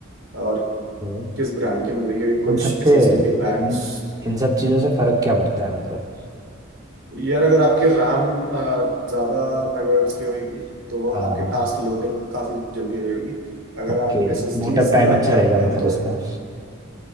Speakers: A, on the right; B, on the right.
A: और
B: तो
A: किस ब्रांड की मिल रही है क्योंकि कुछ
B: इन सब
A: एसएसडी
B: से इन,
A: के ब्रांड्स
B: इन सब चीज़ों से फर्क क्या पड़ता है मतलब
A: यार अगर आपकी रैम ज़्यादा मेगाहर्ट्ज की होगी तो
B: हाँ
A: आपकी
B: हाँ
A: टास्क लोडिंग काफ़ी जल्दी रहेगी अगर
B: ओके
A: आप एसएसडीज
B: बूट अप टाइम
A: की बात
B: अच्छा
A: करते
B: रहेगा
A: हो
B: मतलब
A: तो
B: उसका